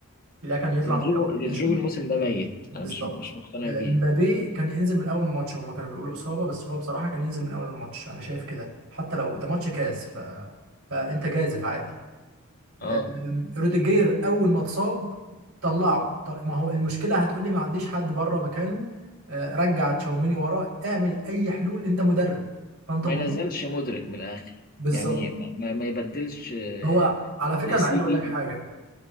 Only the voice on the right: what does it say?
ده كان يطلع
من الاول
ماشي
بالظبط
آه،
امبابي كان ينزل من اول الماتش هما كانوا بيقولوا اصابه بس هو بصراحه كان ينزل من اول الماتش انا شايف كده حتى لو ده ماتش كاس ف... فانت جازف عادي
آه، روديجير اول ما اتصاب طلعه طل... ما هو المشكله هتقولي ما عنديش حد بره مكانه آه، رجع تشاوميني وراه اعمل اي حلول انت مدرب فانت
مدرب
بالظبط
هو على فكره
انا عايز اقول
لك حاجه